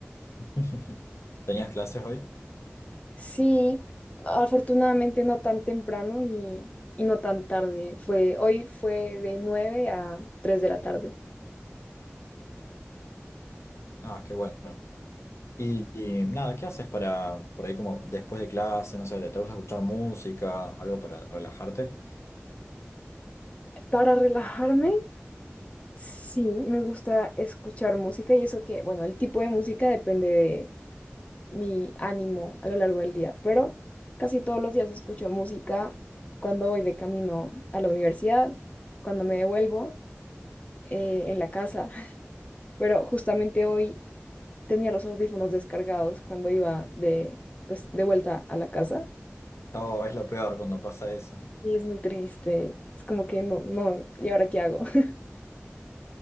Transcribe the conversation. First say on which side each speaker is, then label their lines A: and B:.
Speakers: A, on the left; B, on the left.
A: <laughs> ¿Tenías clases hoy?
B: Sí, afortunadamente no tan temprano y, y no tan tarde, fue, hoy fue de 9 a 3 de la tarde.
A: Ah, qué bueno. Y, y nada, ¿qué haces para, por ahí como después de clase, no sé, te te gusta escuchar música, algo para relajarte?
B: Para relajarme, sí, me gusta escuchar música y eso que, bueno, el tipo de música depende mi ánimo a lo largo del día, pero casi todos los días escucho música cuando voy de camino a la universidad, cuando me devuelvo eh, en la casa, <laughs> pero justamente hoy tenía los audífonos descargados cuando iba de, pues, de vuelta a la casa
A: No, es lo peor cuando pasa eso.
B: y es muy triste, es como que no, no, ¿y ahora qué hago? <laughs>